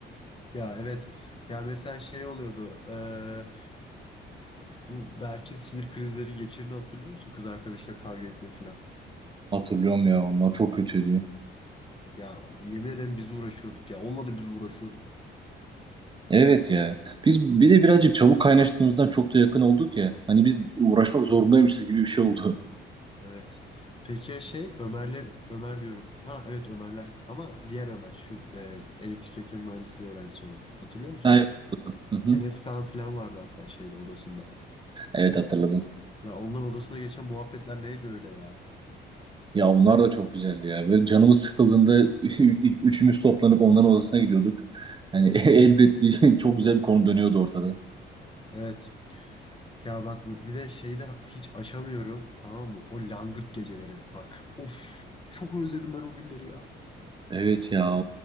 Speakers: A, on the left; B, on the right.
A: Ya evet. Ya mesela şey oluyordu. eee, bu Berk'in sinir krizleri geçirdiğini hatırlıyor musun? Kız arkadaşıyla kavga ettiğinde falan.
B: <laughs> Hatırlıyorum ya onlar çok kötüydü.
A: Ya yemin ederim biz uğraşıyorduk. Ya onunla da biz uğraşıyorduk.
B: Evet ya. Biz bir de birazcık çabuk kaynaştığımızdan çok da yakın olduk ya. Hani biz uğraşmak zorundaymışız gibi bir şey oldu.
A: Evet. Peki ya şey Ömerler Ömer diyorum. Ha evet Ömerler. Ama diğer Ömer şu eee, elektrik elektronik mühendisliği öğrencisi olan. Hatırlıyor
B: <laughs>
A: musun?
B: Evet. Hı hı.
A: Enes Kaan falan vardı hatta şeyde odasında.
B: Evet hatırladım.
A: Ya onların odasına geçen muhabbetler neydi öyle ya?
B: Ya onlar da çok güzeldi ya. Böyle canımız sıkıldığında <laughs> ü- üçümüz toplanıp onların odasına gidiyorduk. Yani <laughs> elbet bir çok güzel bir konu dönüyordu ortada.
A: Evet. Ya bak bir de şeyde hiç aşamıyorum tamam mı? O langırt geceleri. Bak of çok özledim ben o günleri ya.
B: Evet ya.